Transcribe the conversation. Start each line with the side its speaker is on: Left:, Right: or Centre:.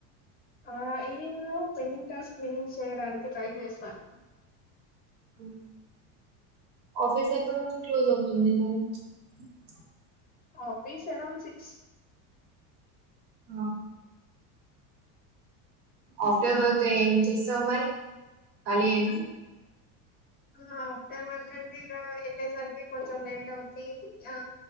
Left: ఆ ఈవినింగ్ లో పెండింగ్ టాస్క్ వినింగ్ చేయడానికి ట్రై చేస్తాను
Right: ఉమ్ ఆఫీస్ ఎప్పుడు క్లోజ్ అవుతుంది <unintelligible>
Left: ఆఫీస్ అరౌండ్ సిక్స్
Right: ఆహా ఆఫ్టర్ వర్క్ గా ఏం చేస్తావ్ మరి ఖాళీయేనా
Left: ఆ ఆఫ్టర్ వర్క్ అంటే ఇగ ఎళ్ళే సర్ కి కొంచెం లేట్ అవుద్ది ఆ